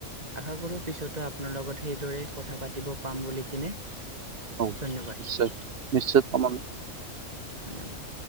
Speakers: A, on the right (about 30°); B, on the right (about 50°).
A: আশা কৰো পিছতো আপোনাৰ লগত সেইদৰে কথা পাতিব পাম বুলি কিনে।
B: হওক
A: ধন্যবাদন
B: নিশ্চয় নিশ্চয় পাম আমি
A: ধন্যবাদ।